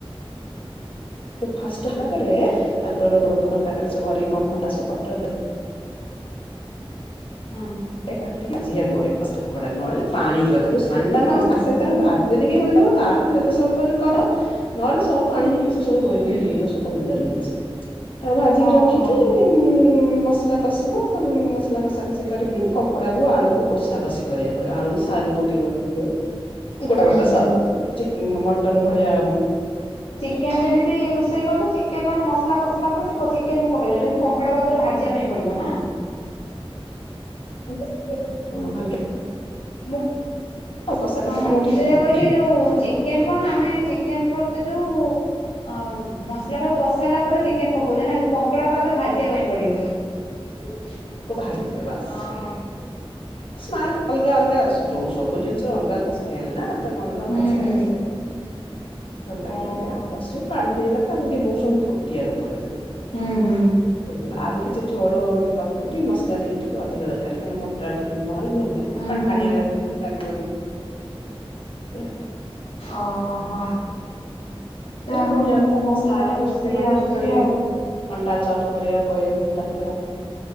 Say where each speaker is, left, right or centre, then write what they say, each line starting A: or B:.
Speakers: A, on the left; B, on the left.
A: ଫାଷ୍ଟେ ହେଲା ପରେ ତା ଗୋଡ ଫୋଡ କଟା କଟି ସବୁ କରିକି
B: ହଁ ହଁ।
A: କଟରେ
B: ହଁ।
A: କାଟିକି ଭାଜିବାକୁ ପଡ଼ିବ ଫାଷ୍ଟେ ନହେଲେ ପାଣି ହେଇଯିବ ତାକୁ ଛାଣିଲା ମାନେ
B: ଓହୋ
A: ସାଙ୍ଗେ ସାଙ୍ଗେ ତାକୁ ଭାଜି ଦେଇକି ଥୋଇଦବ। ତାପରେ ଯେତେ ସମୟ ପରେ କର, ନହଲେ ସବୁ ପାଣି ହେଇକି ସେ ସବୁ ବହି
B: ହୁଁ
A: ବହି ଯିବ୍ ସ ତାକୁ ଭାଜିକି
B: ଓହୋ
A: ରଖିକି, ମସଲା କଷିବ, କ ମ ମସଲା କଷା କଷି
B: ହୁଁ
A: କରିକି
B: ହୁଁ
A: କଙ୍କଡାକୁ ଆଳୁକୁ କୋଷା କଷି କରିବାକୁ ପଡିବ, ଆଳୁ ସାରୁ ପକେଇବ ସେଥିରେ। ଗୋଟେ
B: ହୁଁ
A: ଗୋଟେ
B: ହୁଁ।
A: ସାରୁ, <unintelligible> ମଟନ୍ ଭଳିଆ
B: କେ ଯେମିତି ରୋଷେଇ କରିଚ, ଚିକେନ୍ ମାନେ ମସଲା କସିଲା ପରେ ସେ ଚିକେନ୍ କୁ ପକେଇ ଦେବା, ଏଠି କିନ୍ତୁ କଙ୍କଡ଼ାକୁ ଆଗରେ ଭାଜିବା ପାଇଁ ପଡିବ ନା।
A: <unintelligible>
B: ମୁଁ,
A: କଷା କଷି
B: ହଁ
A: ତମର
B: ମୁଁ
A: ଟିକେ
B: ସେଇଆ
A: ଫୁଟିବ
B: କହିଲି ଯୋଉ ଚି ଚିକେନ୍ କଣ, ଆମେ ଚିକେନ୍ କରୁଚେ ଯୋଉ ଅ ମସଲା ଟାକୁ କଷି ସାଇଲା ପରେ ଚିକେନ୍ ପକଉଚେନା କିନ୍ତୁ କଙ୍କଡା କୁ ଆଗରୁ ଭାଜିବା ପାଇଁ ପଡିବ। <unintelligible>
A: ବାହାରି ପଡିବ ବାସ୍,
B: ଓହୋ
A: ସ୍ମାଲ୍ ଅଲଗା ଅଲଗା ଅ ଯୋଉ ସବୁ ଜିନିଷ ର ଅଲଗା ଅଲଗା ସ୍ମେଲ ନା, ତ ଗନ୍ଧ
B: ହୁଁ
A: ଆଇଁସିଆ
B: ହୁଁ
A: ଆଇଁସିଆ ଭଲ ଲାଗିବନି,
B: ଓହୋ
A: ଆଉ ଫାଷ୍ଟରୁ ପାଣି ଦେଇଲା <unintelligible> ବହୁତ ସମୟ ଫୁଟିବାକୁ ପଡିବ ସିଏ,
B: ହୁଁ ହୁଁ।
A: ତାର କିଛି ଝୋଳ ଏମିତିକି ମସଲା ଟିକେ ଟିକେ ଅଧିକ ଦରକାର, କାହିଁକି ନା ମୋଟା ଟିକେ ନହେଲେ, ଭଲ ଲାଗିବନି,
B: ଉଁ ହୁଁ
A: ପାଣିଆ ଲାଗିଲେ, ଭଲ ଲାଗିବନି। ସେମ୍ ତି ଆଉ।
B: ଓହୋ, ଯାହା
A: ଦିଅ ପୁଣି
B: ହଉ
A: ଆଉ
B: ତମକୁ
A: ତ ଆମ
B: ବହୁତ
A: ସାର୍
B: ସାରା
A: ଅଛନ୍ତି
B: ରୋଷେଇ
A: ମାନେ
B: ଆସୁଚି
A: ପୁଣି
B: ଆଉ।
A: ଅଣ୍ଡା ଚପ୍ କରିବାକୁ କହିବେ ଫୁଣି ରାତିରେ ଆଉ